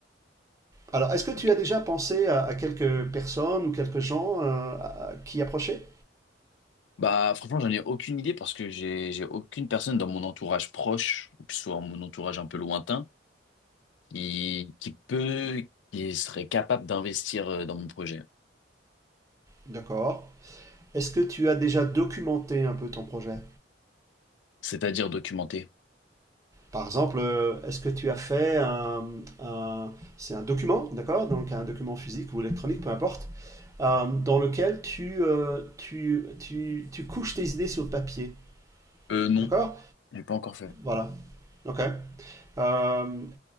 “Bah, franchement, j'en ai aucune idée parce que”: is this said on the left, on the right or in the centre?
Left